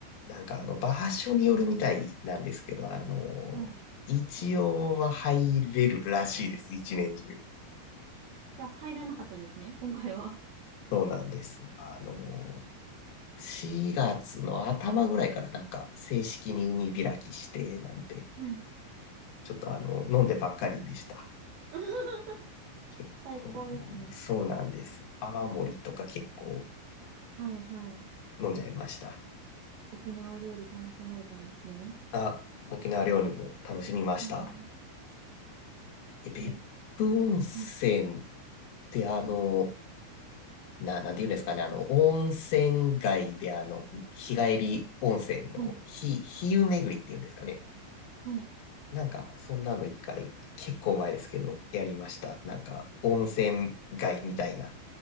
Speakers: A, on the left; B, on the right.
A: なんかあの、場所によるみたいなんですけど、あの、
B: はい。
A: 一応は入れるらしいです。一年中。
B: じゃあ入らなかったんですね、今回は。
A: そうなんです。あの、4月の頭ぐらいからなんか正式に海開きして、なんて、
B: はい。
A: ちょっとあの、飲んでばっかりでした。
B: <laughs>
A: 結構、
B: 最高ですね。
A: そうなんです。泡盛とか結構
B: はいはい。
A: 飲んじゃいました。
B: 沖縄料理楽しまれたんですね。
A: あ、沖縄料理も楽しみました。
B: うん。
A: え、別府温泉っ
B: ね、はい、
A: てあの、な、なんて言うんですかね、あの、温泉街であの、日帰り温泉の日、
B: はい、
A: 日湯巡りっていうんですかね。
B: はい、
A: なんか、そんなの一回、結構前ですけど、やりました。なんか、温泉街みたいな